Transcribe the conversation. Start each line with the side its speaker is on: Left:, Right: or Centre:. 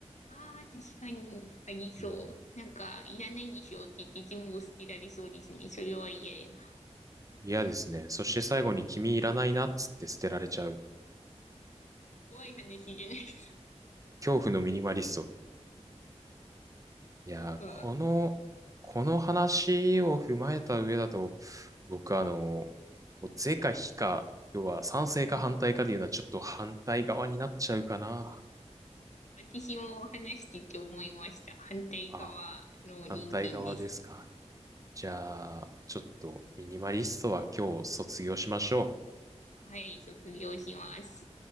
Left: ああ、確かに、ありそう。
Right: うん
Left: なんか、いらないでしょって言って全部捨てられそうですね。それは嫌やな。
Right: 嫌ですね。そして最後に君いらないなっつって捨てられちゃう。
Left: 怖い話じゃないです。
Right: 恐怖のミニマリスト。いやー、
Left: <laughs> うん、
Right: この、この話を踏まえた上だと、僕あの、もう是か非か、要は賛成か反対かでいうのはちょっと反対側になっちゃうかな。
Left: はい。私も話してて思いました。反対側の人間です。
Right: あ、反対側ですか。じゃあ、ちょっとミニマリストは今日卒業しましょう。
Left: はい、卒業します。